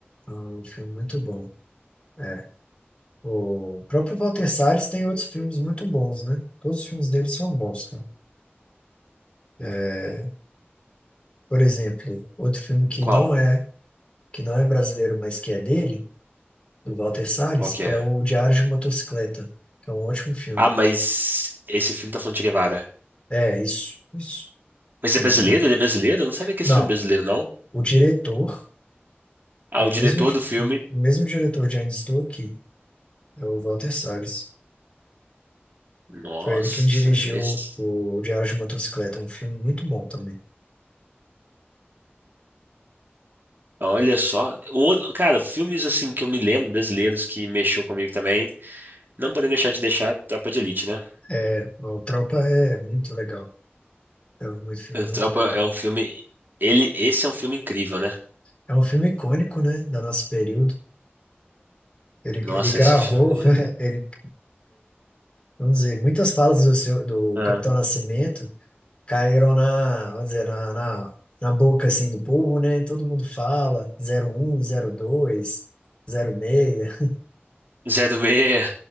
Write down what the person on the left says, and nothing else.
É um filme muito bom. É. O próprio Walter Salles tem outros filmes muito bons, né? Todos os filmes dele são bons, cara. É, por exemplo, outro filme que
não é que não é brasileiro, mas que é dele, do Walter Salles,
é
o Diário de Motocicleta, que é um ótimo filme.
É, isso, isso,
exatamente.
Não,
O diretor
é o
mesmo,
di-
o mesmo diretor de Ainda Estou Aqui, é o Walter Salles.
Foi ele quem dirigiu
o Diário de Motocicleta, um filme muito bom também.
É, o Tropa é muito legal. É um filme
muito
legal.
É um filme icônico, né, do nosso período. Ele,
ele gravou,
<laughs> ele, vamos dizer, muitas falas do, seu, do
Capitão Nascimento caíram na, vamos dizer, na, na, na boca, assim, do povo, né? E todo mundo fala, zero zero um zero dois zero seis